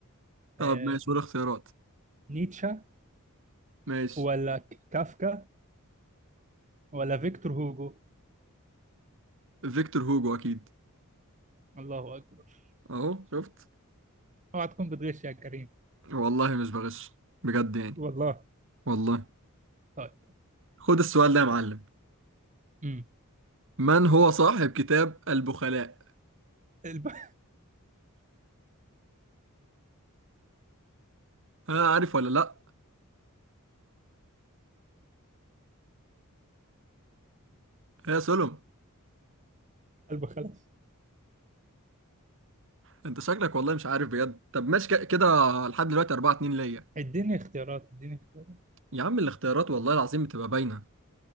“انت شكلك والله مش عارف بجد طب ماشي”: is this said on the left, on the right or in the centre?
Right